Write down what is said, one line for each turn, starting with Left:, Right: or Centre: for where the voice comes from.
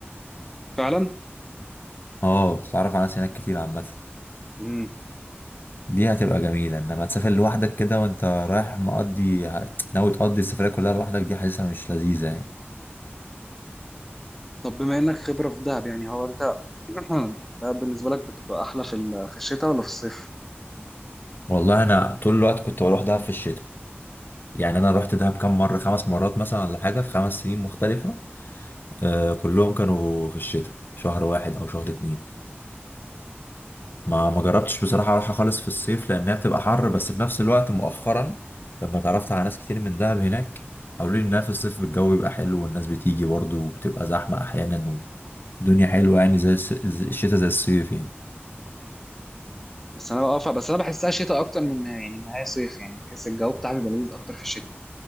Centre: فعلا
Left: اه بتتعرف على ناس هناك كتير عامة
Centre: امم
Left: دي هتبقى جميلة انما تسافر لوحدك كده وانت رايح مقضي ناوي تقضي السفرية كلها لوحدك دي حاسسها مش لذيذة يعني
Centre: طب بما انك خبرة في دهب يعني هو انت <clears throat> دهب بالنسبة لك بتبقى احلى في ال- في الشتاء ولا في الصيف
Left: والله انا طول الوقت كنت بروح دهب في الشتاء يعني انا رحت دهب كام مرة خمس مرات مثلا ولا حاجة في خمس سنين مختلفة آه كلهم كانوا في الشتاء شهر واحد او شهر اتنين ما ما جربتش بصراحة اروحها خالص في الصيف لانها بتبقى حر بس في نفس الوقت مؤخرا لما اتعرفت على ناس كتير من دهب هناك قالوا لي انها في الصيف الجو بيبقى حلو والناس بتيجي برضه وبتبقى زحمة احيانا والدنيا حلوة يعني زي الس- زي- الشتاء زي الصيف يعني
Centre: بس انا اه ف- بس انا بحسها شتاء اكتر من يعني ان هي صيف يعني بحس الجو بتاعها بيبقى لذيذ اكتر في الشتاء